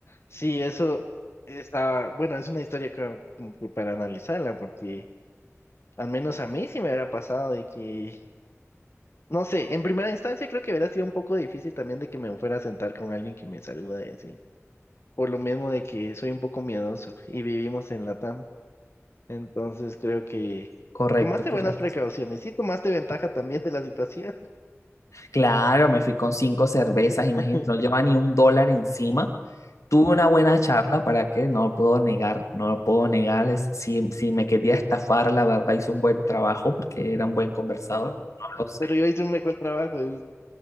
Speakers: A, on the left; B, on the left.
A: Sí, eso está, bueno, es una historia que, como que para analizarla, porque al menos a mí sí me hubiera pasado de que, no sé, en primera instancia creo que hubiera sido un poco difícil también de que me fuera a sentar con alguien que me saluda y así, por lo mismo de que soy un poco miedoso y vivimos en Latam, entonces creo que
B: Correcto,
A: tomaste
B: correcto.
A: buenas precauciones, sí tomaste ventaja también de la situación,
B: Claro, me fui con cinco cervezas,
A: <laughs>
B: imagínate, no llevaba ni un dólar encima. Tuve una buena charla, ¿para qué? No lo puedo negar, no lo puedo negar. es- si, si me quería estafar, la verdad, hizo un buen trabajo porque era un buen conversador, no lo sé.
A: pero yo hice un mejor trabajo. dices